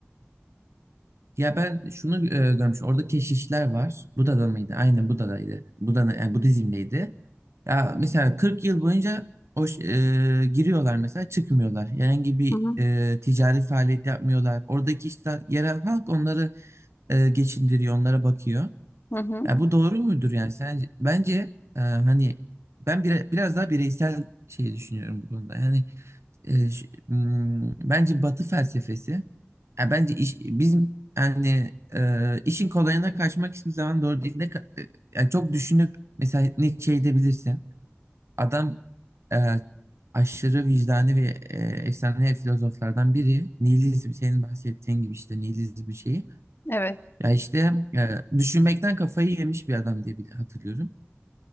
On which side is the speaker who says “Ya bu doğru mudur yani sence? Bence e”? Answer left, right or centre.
Right